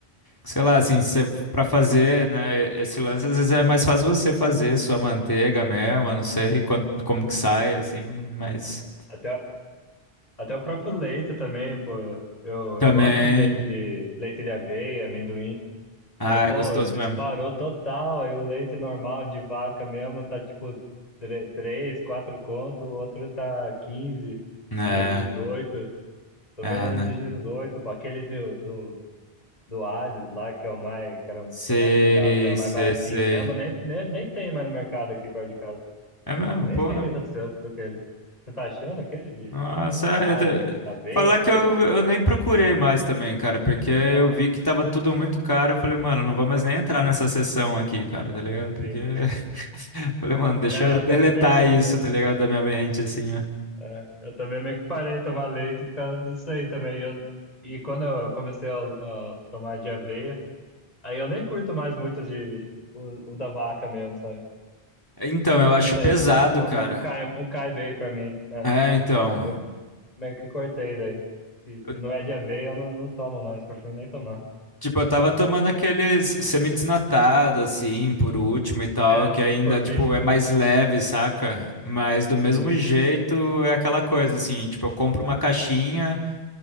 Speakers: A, on the left (about 20°); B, on the left (about 40°).
A: sei lá, assim, cê, pra fazer, né? Esse lance às vezes é mais fácil você fazer sua manteiga mesmo, não sei
B: sim.
A: quanto, como que sai, assim, mas
B: É. Até, até o próprio leite também, pô. Eu, eu
A: também.
B: gosto de leite de leite de aveia, amendoim.
A: Ah,
B: Mas, pô,
A: é gostoso
B: disparou
A: mesmo.
B: total. Aí o leite normal de vaca mesmo tá tipo 3 4 conto, o outro tá 15
A: É,
B: dezoito Tô
A: é,
B: vendo uns
A: né?
B: de 18, pô. Aquele do, do, do Hades lá, que é o mais, que era, o-
A: Sei,
B: que eu mais pegava, que era o mais
A: sei,
B: baratinho
A: sei.
B: mesmo. Nem, nem, nem tem mais no mercado aqui perto de casa.
A: É mesmo,
B: Nem
A: pô.
B: sei o que aconteceu com aquele. Você tá achando aquele de
A: Nossa, é,
B: Hades,
A: tá-
B: aveia?
A: falar que eu, eu nem procurei mais também, cara, porque eu
B: Ah,
A: vi que tava tudo muito caro. Eu falei, mano, não vou mais nem entrar nessa sessão aqui, cara, tá ligado? Porque.
B: sim.
A: <laughs> Falei, mano, deixa
B: É,
A: eu
B: eu
A: deletar
B: também meio que.
A: isso, tá ligado? Da minha mente, assim, ó.
B: É, eu também meio que parei de tomar leite por causa disso aí também. E, eu, e quando eu comecei a, a tomar de aveia, aí eu nem curto mais muito de o, o da vaca mesmo, sabe?
A: Então, eu acho
B: Não sei.
A: pesado,
B: Não,
A: cara.
B: não cai, não cai bem pra mim. É,
A: É, então.
B: eu meio que cortei daí. E
A: Eu-
B: se não é de aveia, eu não, não tomo mais, prefiro nem tomar.
A: tipo, eu tava tomando aqueles semidesnatado, assim, por último e tal,
B: É,
A: que ainda,
B: por fim.
A: tipo,
B: <laughs>
A: é mais leve, saca? Mas do
B: Sim,
A: mesmo jeito é aquela coisa, assim, tipo, eu compro uma caixinha.